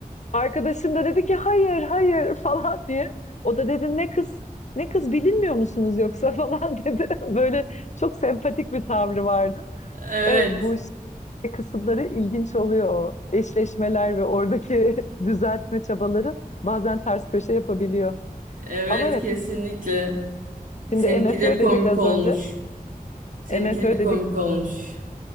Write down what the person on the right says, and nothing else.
Evet.
Evet
kesinlikle.
Seninki
de komik
olmuş.
Seninki
de
komik olmuş.